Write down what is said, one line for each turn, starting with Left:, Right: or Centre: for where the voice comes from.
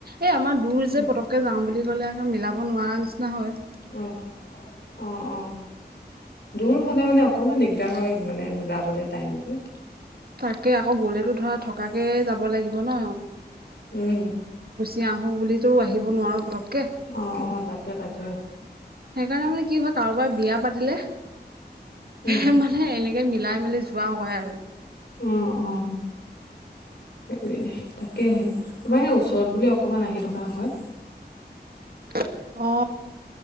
Right: এই আমাৰ দূৰ
Left: উম
Right: যে পতককে যাওঁ বুলি কলে আকৌ মিলাব নোৱাৰা নিচিনা হয়
Left: অ অ অ দূৰ হলে মানে অকমান দিগদাৰ হয় মানে মিলাব বলে টাইমটো
Right: তাকে আকৌ গ'লেতো ধৰা থকাকে যাব লাগিব ন
Left: উম
Right: গুচি আহো বুলিতো আহিব নোৱাৰো পতককে
Left: অ অ তাকে তাকে
Right: সেইকাৰণে মানে কি হয় কাৰোবাৰ বিয়া পাতিলে
Left: উম
Right: মানে এনেকে মিলাই মেলি যোৱা হয় আৰু
Left: উম অ হেৰি তাকেহে আমাৰ সেই ওচৰত বুলি অকমান আহি থকা হয়
Right: অ